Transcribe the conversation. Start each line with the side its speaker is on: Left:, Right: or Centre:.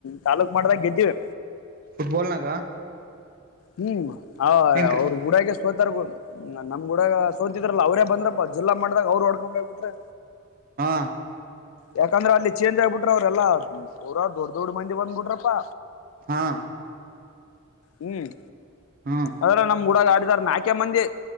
Left: ತಾಾಲೂಕ್ು ಮಟ್ಟದಾಗ ಗೆದ್ದೀವಿ
Right: ುಟ್ಬಾಲ್ ನಕಾ
Left: ಹ್ಮ್ ಅವ್ರ
Right: ಹೆಂಗ್ ಕ್ರಿ
Left: ಹೂಡಾಗ ಸೋತಾರ್ಗು ನಮ್ ಗುಡಗ ಸೋತಿದ್ರಲ್ಲ ಅವ್ರ ಬಂದ್ರಪ್ಪ ಜಿಲ್ಲಾ ಮಾಡ್ದಾಗ ಅವ್ರು ಹೊಡ್ಕೊಂಡ ಹೋಗ್ಬ ಬಿಟ್ರಿ
Right: ಹಾ
Left: ಯಾಕಂದ್ರ ಅಲ್ಲಿ ಚೇಂಜ್ ಆಗಿಬ ಬಿಟ್ರ ಅವ್ರಲ್ಲ ಪೂರ ದೊಡ್ ದೊಡ್ಡ ಮಂದಿ ಬಂದ್ಬಿಟ್ರಪ್ಪಾ
Right: ಹಾ
Left: ಹ್ಮ್
Right: ಹಾ
Left: ಅದ್ರ ನಮ್ ಗುಡಾಗ ಆಡಿದಾರ ನಾಲ್ಕೆ ಮಂದಿ